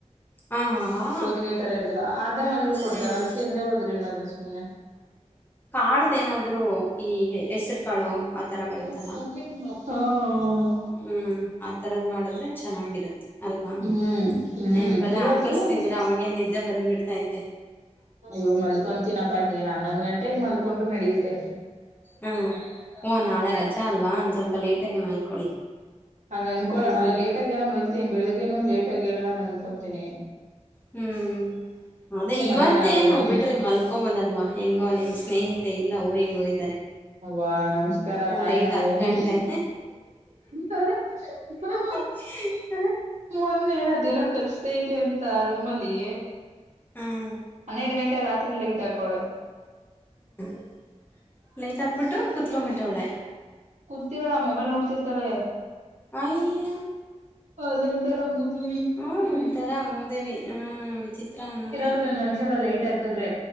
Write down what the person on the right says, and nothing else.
ಸೌತೆಕಾಯಿ ತರ ಇರ್ತಲ್ಲ ಆದೇ ಅಲ್ಲೂ ಕೊಡ್ತಾರ
ಅದು ತಿಂದೆ ಹೋದ್ರೆ ಅದನ್ನ ಸುಮ್ಮ್ನೆ.
<unintelligible> ಹು-ಹು-ಹು.
ಹ್ಮ್ ಹ್ಮ್
ಇವತ್ತು
ಐವು ಮಲ್ಕೊತೀನಪ್ಪಾ ಏನ್ ಹನ್ನೂಂದು ಗಂಟೆಗೆ ಮಲ್ಕೊಂಡ್ರು ನಡಿಯುತ್ತೆ.
ಹಂಗ ಅನ್ಕೊ
ಅದೇ ಲೇಟ್ಗೇಏನ ಮಲಗ್ತೀನಿ ಬೆಳಿಗ್ಗೆನನು ಲೇಟ ಆಗ ಹೇಳ ಅನ್ಕೊತೀನಿ.
ಮೊದ್ಲೆ
ನಾನ್ ಎದಿರ್ತೀನಿ
ಅವ್ವ ನಮಸ್ಕಾರ ತಾಯಿ
ನಮ್ಮವ್ವಂಗೆ
ಹ್ ಹ್
ಮೊನ್ನೆ ಅದೇನೋ ಖಚ್ತೈತೆ ಅಂತ ರೂಮಲ್ಲಿ
ಹನ್ನೆರಡು ಗಂಟೆ ರಾತ್ರಿ ಲೈಟ್ ಹಾಕ್ವಳೆ
ಕೂತಿರಲ್ಲ ಮೊಬೈಲ್ ನೋಡ್ತಿರ್ತಾಳೆ
ಅದೊಂತರ ಮೂದೇವಿ
ಅಂಗಂಸಲ್ಲ
ಲೈಟ್ ಹಾಕಿದ್ರೆ